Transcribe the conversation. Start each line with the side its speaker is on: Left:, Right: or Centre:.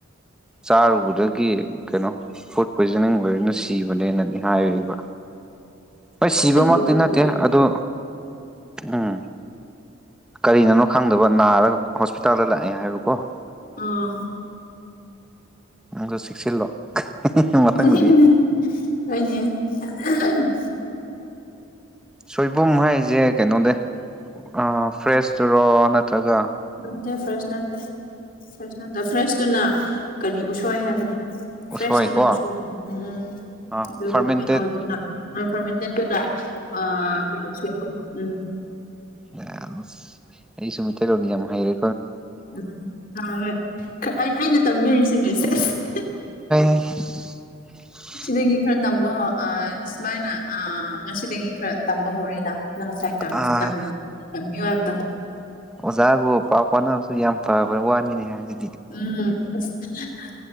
Centre: ꯆꯥꯔꯨꯕꯗꯒꯤ ꯀꯩꯅꯣ ꯐꯨꯗ ꯄꯣꯏꯖꯅꯤꯡ ꯑꯣꯏꯔꯦꯅ ꯁꯤꯕꯅꯦꯅꯗꯤ ꯍꯥꯑꯦꯕ ꯍꯣꯏ ꯁꯤꯕꯃꯛꯇꯤ
Left: ꯈꯪꯗꯦꯀꯣ
Centre: ꯅꯠꯇꯦ
Left: ꯑꯗꯨꯗꯤ
Centre: ꯑꯗꯨ ꯎꯝ ꯀꯔꯤꯅꯅꯣ ꯈꯪꯗꯕ ꯅꯥꯔꯒ ꯍꯣꯁꯄꯤꯇꯥꯜꯗ ꯂꯥꯛꯑꯦ ꯍꯥꯏꯕꯀꯣ
Left: ꯑꯥ
Centre: ꯅꯪꯖꯨ ꯆꯦꯛꯁꯤꯜꯂꯣ ꯃꯊꯪꯗꯗꯤ
Left: <unintelligible> ꯍ‌ꯣꯏꯅꯦ <unintelligible>
Centre: ꯁꯣꯏꯕꯨꯝ ꯍꯥꯏꯖꯦ ꯀꯩꯅꯣꯅꯦ ꯑ ꯐ꯭ꯔꯦꯁꯇꯨꯔꯣ ꯅꯠꯇ꯭ꯔꯒ
Left: ꯅꯠꯇꯦ ꯐ꯭ꯔꯦꯁ ꯅꯠꯇꯦ ꯐ꯭ꯔꯦꯁ ꯅꯠꯇꯦ ꯐ꯭ꯔꯦꯁꯇꯨꯅ ꯀꯔꯤ ꯎꯁꯣꯏ ꯍꯥꯏꯕꯅꯤ
Centre: ꯎꯁꯣꯏꯀꯣ
Left: ꯐ꯭ꯔꯦꯁꯇꯨꯅ ꯎꯁ‌ꯣꯏ ꯎꯝ
Centre: ꯑꯥ
Left: ꯑꯗꯨꯗꯨꯒꯤ
Centre: ꯐꯥꯔꯃꯦꯟꯇꯦꯠ
Left: ꯀꯩꯅꯣ <unintelligible> ꯑ ꯐꯥ꯭ꯔꯃꯦꯟꯇꯦꯠꯇꯨꯅ ꯑ ꯀꯩꯅꯣ ꯁꯣꯏꯕꯨꯝ ꯎꯝ
Centre: <unintelligible> ꯑꯩꯁꯨ ꯃꯤꯇꯩ ꯂꫭꯟꯗꯤ ꯌꯥꯝ ꯍꯥꯏꯔꯦ
Left: <inaudible> ꯍꫭ ꯍꯣꯏ ꯈꯠꯅꯩ ꯑꯩꯅ ꯇꯝꯃꯤꯔꯤꯁꯤꯅꯦ ꯁꯦꯁ <unintelligible>
Centre: <inaudible>
Left: ꯁꯤꯗꯒꯤ ꯈꯔ ꯇꯝꯕ ꯑ ꯁꯨꯃꯥꯏꯅ ꯑ ꯉꯁꯤꯗꯒꯤ ꯈꯔ ꯇꯝꯕ ꯍꯧꯔꯦꯅ ꯅꯪ ꯉꯁꯥꯏ ꯇꯝꯁ
Centre: ꯑꯥ
Left: ꯇꯝ-ꯇꯝꯕꯤꯌꯣ ꯍꯥꯏꯕꯗꯣ
Centre: ꯑꯣꯖꯥꯕꯨ ꯄꯥꯎ ꯐꯥꯎꯅꯕꯁꯨ ꯌꯥꯝ ꯐꯕ ꯋꯥꯅꯤꯅꯦ ꯍꯥꯏꯅꯤꯅ‌ꯦ ꯍꯥ
Left: ꯎꯝ ꯑꯁ ꯍꯥꯍꯥ